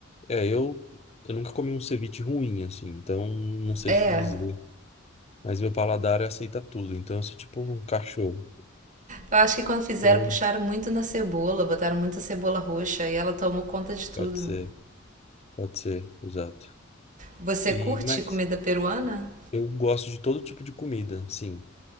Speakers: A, on the left (about 30°); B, on the right (about 40°).
A: É, eu... Eu nunca comi um ceviche ruim, assim, então não sei
B: É,
A: te dizer. Mas meu paladar aceita tudo, então eu sou tipo um cachorro.
B: Eu acho que quando fizeram,
A: Bom,
B: puxaram muito na cebola, botaram muita cebola roxa e ela tomou conta de tudo.
A: pode ser, pode ser, exato.
B: Você
A: E,
B: curte
A: mas...
B: comida peruana?
A: Eu gosto de todo tipo de comida, sim.